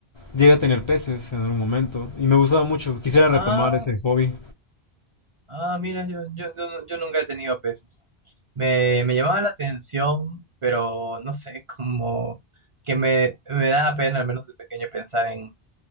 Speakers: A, on the left; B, on the right.
A: Llegué a tener peces en algún momento y me gustaba mucho. Quisiera retomar
B: Ah,
A: ese hobby.
B: ah, mira, yo, yo, yo, nu- yo nunca he tenido peces. Me, me llamaba la atención, pero no sé, <laughs> como que me, me da pena, al menos de pequeño, pensar en,